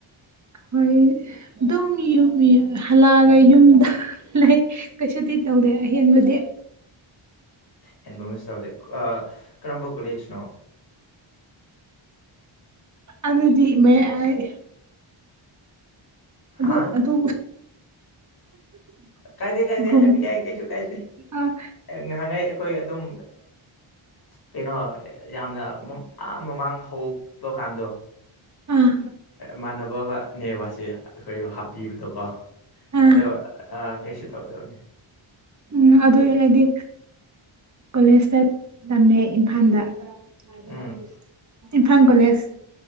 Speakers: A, on the right; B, on the left.
A: ꯍꯣꯏ ꯑꯗꯨꯝ ꯍꯜꯂꯛꯑꯒ ꯌꯨꯝꯗ ꯂꯩ ꯀꯩꯁꯨꯗꯤ ꯇꯧꯗꯦ ꯑꯍꯦꯟꯕꯗꯤ
B: ꯍꯦꯟꯕ ꯑꯃꯁ ꯇꯧꯗꯦ ꯀꯔꯝꯕ ꯀꯣꯂꯦꯖꯅꯣ
A: ꯑꯗꯨꯗꯤ ꯃꯌꯥꯏ ꯑꯗꯨ
B: ꯍꯥ
A: ꯑꯗꯨ
B: ꯀꯥꯏꯗꯦ ꯀꯥꯏꯗꯦ
A: ꯒꯨꯝ
B: ꯍꯥꯏꯕ ꯌꯥꯏ ꯀꯩꯁꯨ ꯀꯥꯏꯗꯦ
A: ꯑꯥ
B: ꯅꯍꯟꯒꯩ ꯑꯩꯈꯣꯏ ꯑꯗꯨꯝ ꯀꯩꯅꯣ ꯌꯥꯝꯅ ꯑ ꯃꯃꯥꯡ ꯍꯧꯕ ꯀꯥꯟꯗꯣ
A: ꯑꯥ
B: ꯃꯥꯅ ꯕꯕ ꯅꯦꯕꯥꯁꯦ ꯑꯩꯈꯣꯏꯕꯨ ꯍꯥꯞꯄꯤꯕꯗꯀꯣ
A: ꯑꯥ
B: ꯑꯗꯨ ꯑ ꯀꯩꯁꯤ ꯇꯧꯗꯕꯅꯦ
A: ꯎꯝ ꯑꯗꯨ ꯑꯩꯗꯤ ꯀꯣꯂꯦꯁꯇ ꯇꯝꯃꯦ ꯏꯝꯐꯥꯜꯗ
B: ꯎꯝ
A: <unintelligible> ꯏꯝꯐꯥꯥꯜ ꯀꯣꯂꯦꯖ